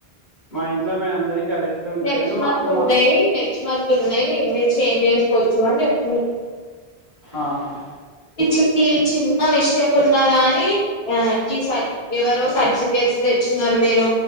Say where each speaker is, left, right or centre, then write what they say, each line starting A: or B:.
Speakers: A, on the left; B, on the left.
A: మా ఇంట్లో మే అందరి కరెక్ట్ ఉంటాయి
B: నెక్స్ట్
A: కానీ
B: మంత్
A: మా
B: ఉన్నాయి
A: మా
B: నెక్స్ట్ మంత్ ఉన్నాయి మీ చేంజ్ చేసుకోవచ్చు అని చెప్
A: ఆహా
B: ఈ చి ఈ చిన్న మిస్టేక్ ఉన్నా గాని ఆ ఈ సర్ ఎవరో సర్టిఫికేట్స్ తే ఇచ్చిన్నారు మీరు